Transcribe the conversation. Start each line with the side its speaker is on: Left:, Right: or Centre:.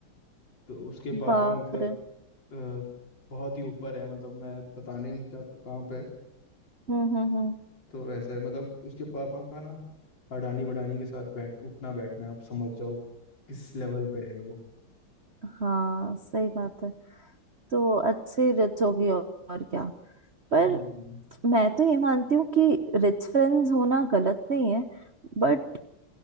Left: तो उसके
Right: <laughs>
Left: पापा
Right: बाप
Left: मतलब
Right: रे
Left: अ, बहुत ही ऊपर है मतलब मैं बताने नहीं चाहता कहाँ पे
Right: हम्म हम्म हम्म
Left: तो वैसे है मतलब उसके पापा का ना अडानी बडानी के साथ बैठ उठना बैठना है आप समझ जाओ किस लेवल पे है वो
Right: हाँ सही बात है तो अच्छी रिच होगी और और क्या पर
Left: हम्म
Right: मैं तो ये मानती हूँ कि रिच फ्रेंड्स होना गलत नहीं है बट